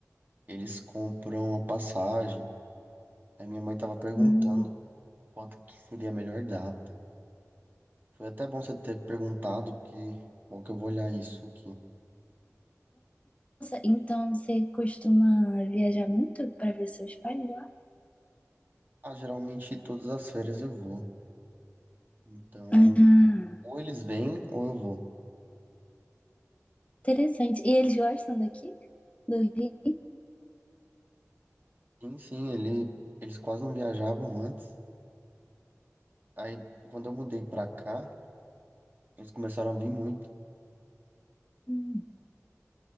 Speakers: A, on the right; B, on the left.
A: Eles compram a passagem. Aí minha mãe tava perguntando
B: Hum.
A: quanto que seria a melhor data. Foi até bom você ter perguntado, porque bom que eu vou olhar isso aqui.
B: Nossa, então você costuma viajar muito pra ver seus pais lá?
A: Ah, geralmente todas as férias eu vou. Então,
B: Ah,
A: ou eles vêm ou eu vou.
B: interessante. E eles gostam daqui? Do Rio?
A: Sim, sim, ele, eles quase não viajavam antes. Aí, quando eu mudei pra cá, eles começaram a vir muito.
B: Hum.